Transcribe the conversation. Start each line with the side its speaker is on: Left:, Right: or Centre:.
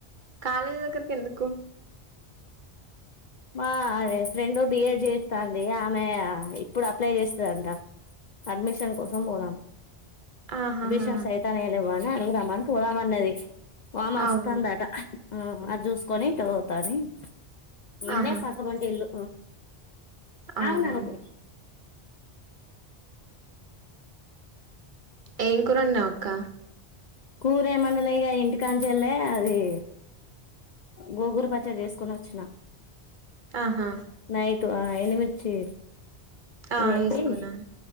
Right: కాలేజీ దగ్గరకి ఎందుకు
Left: మా ఫ్రెండ్ బిఎడ్ చేస్తాంది ఆమె ఇప్పుడు అప్లై చేస్తుందింట అడ్మిషన్ కోసం పోదాం
Right: ఆహాహా
Left: బిషంస్ అైతనే లేవ్వ అని అడుగుదామ అని పోదామన్నది బమ్ వస్తుందట
Right: అవును
Left: అది చూసుకొని ఇటు పోతది నిన్నే
Right: ఆహా
Left: సద్దాంఅంటి ఇల్లు
Right: అవును
Left: అవున్నాపే
Right: ఏం కూర వండినావు అక్క
Left: కూరేమందులేక ఇంటికాంచల్లే అది గోంగూర పచ్చడి చేసుకుొని వచ్చిన
Right: ఆహా
Left: నైట్ ఆ ఎండుమిర్చి
Right: ఆ
Left: ఏంపి
Right: వేసుకున్నా